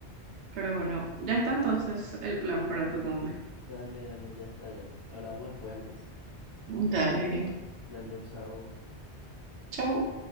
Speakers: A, on the right; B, on the left.
A: Pero bueno, ya está entonces el plan para tu cumple.
B: Dale, dale, ya está, ya. Hablamos después entonces.
A: Dale,
B: Dale, chao.
A: chau.